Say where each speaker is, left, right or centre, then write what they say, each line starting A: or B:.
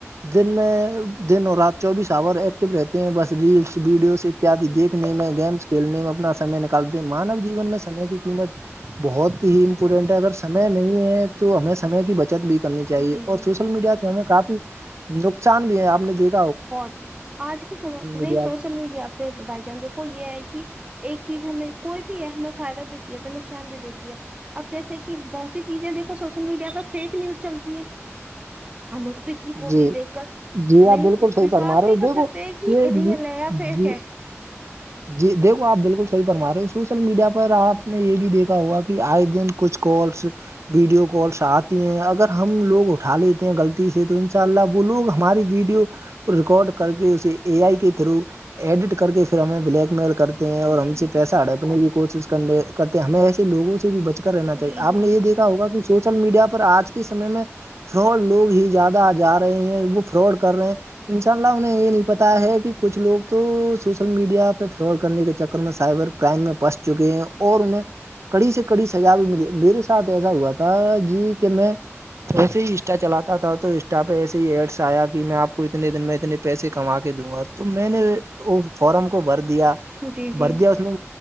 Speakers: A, on the right; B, on the right.
A: دن میں دن اور رات چوبیس آور ایک رہتے ہیں بس ریلس ویڈیوز اتدی
B: جی
A: دیکنے میں گیمس کھیلنے میں اپنا سمے تے مانو جین میں سمے کی قیمت بہت ہی امپورٹنٹ
B: جی جی
A: ہے اگر س سمے نہیں ہے تو ہمیں سمے کی بچت بھی کرنی چاہیے
B: جی
A: اور
B: جی
A: سوشل میڈیا ہمیں کافی نقصان بھی ہے آپ نے دیکھ
B: بہت آج کے سم میں
A: میڈیا
B: سوشل میڈیا پہ بھائی جان دیکھو یہ ہے کہ ایک چیز ہمیں کوئی بھی ہے ہمیں فائدہ دیتی ہے تو نقصان بھی دیتی ہے اب جیسے کہ کہ بہت سی چیزیں دھو سوشل میڈیا پر فیک نیوز چلتی ہے ہم اس کسی کو
A: جی
B: بھی دیکھ کر
A: جی آپ
B: نہیں
A: بالکل صحیح فرما
B: وشواس
A: رہے
B: نہیں
A: ہو
B: کر
A: دیکھو
B: سکتے کہ یہ
A: جی
B: یہ نیا فیک
A: جی
B: ہے
A: جی دیکھو آپ بالکل صحی فرما رہے سوشل میڈیا پر آپ نے یہ بھی دیکھا ہوا کہ آئے دن کچھ کالس ویڈیو کالس آتی ہیں اگر ہم لوگ اٹھا لیتے ہیں غلطی سے تو ان شاء اللہ وہ لوگ ہماری ویڈیو ریکارڈ کر کے اسے اے آئی کے تھرو ایڈٹ کر کے پھر ہمیں بلیک میل کر کرتے ہیں اور ہم
B: جی
A: سے
B: جی
A: پیسہ
B: جی
A: اڑکنے کی کوشش کرنے
B: جی
A: کرتے ہیں ہمیں ایسے لوگوں سے بھی بچ کر رہنا چاہیے
B: جی
A: آپ
B: جی
A: نے
B: جی
A: یہ دیکھا ہوگا کہ سوشل میڈیا پر آج کے سمے میں فراڈ لوگ ہی زیادہ جا رہے ہیں وہ فراڈ کر رہے ہیں انشاء اللہ انہیں یہ نہیں پتا ہے کہ کچھ لوگ تو سوشل میڈیا پہ فراڈ کرنے کے چکر میں سائبر کرائم میں پنس چکے ہیں اور انہیں کڑی سے کڑی سجا بھی ملی میرے ساتھ ایسا ہوا تھا جی کہ میں توسے ہی اسٹا چلاتا تھا تو پہ ایسے ہی ایڈس آیا کہ میں آپ کو اتنے دن میں اتنے پیسے کما کے دوں گا تو میں نے اس فارم کو بھر دیا
B: جی جی جی
A: بھر دیا اس میں